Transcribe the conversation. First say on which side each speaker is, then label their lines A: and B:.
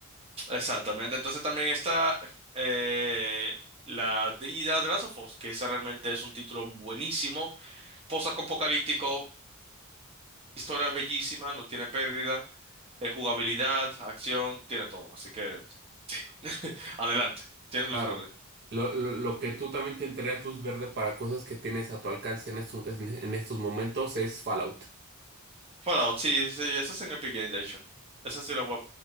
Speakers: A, on the right (about 25°); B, on the right (about 50°).
A: exactamente. Entonces también está eh, la de, y la de Last of Us, que esa realmente es un título buenísimo post-apocalíptico, historia bellísima, no tiene pérdida, eh, jugabilidad, acción, tiene todo. Así que <laughs> adelante, tiene
B: claro.
A: luz verde.
B: Lo, lo, lo que tú también te entregas luz verde para cosas que tienes a tu alcance en estos, en en estos momentos es Fallout.
A: Fallout, sí, sí, esa es en Epic Games, de hecho. Esa sí la voy a